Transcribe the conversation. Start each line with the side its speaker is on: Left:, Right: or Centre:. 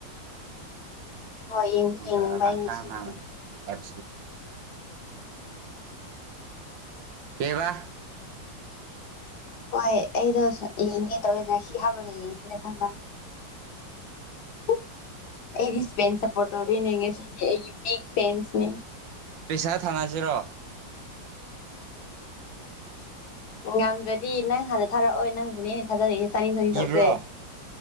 Left: ꯍꯣꯏ ꯌꯦꯡꯗꯤ
Right: ꯎꯝ
Left: ꯌꯦꯡꯅꯤꯡꯕ ꯑꯩ ꯉꯁꯤꯒꯤꯗꯤ
Right: ꯇ ꯑꯦ ꯀꯕꯥ
Left: ꯍꯣꯏ ꯑꯩꯗꯣ ꯌꯦꯡꯒꯦ ꯇꯧꯋꯦ ꯉꯁꯤ ꯍꯥꯞꯂꯒ ꯌꯦꯡꯁꯤꯔꯦ ꯈꯟꯕ ꯍ ꯑꯩꯗꯤꯄꯣꯔ ꯁꯤ ꯐ
Right: ꯄꯩꯁꯥ ꯊꯥꯅꯁꯤꯔꯣ
Left: ꯉꯝꯗ꯭ꯔꯗꯤ ꯅꯪ ꯍꯥꯟꯅ ꯊꯥꯔꯛꯑꯣ ꯅꯪꯕꯨꯅꯦ ꯍꯦꯟꯅ ꯊꯥꯖꯔꯛꯒꯦꯦ ꯆꯅꯤ ꯆꯅꯤ
Right: ꯏꯕ꯭ꯔꯣ
Left: ꯇꯧꯁ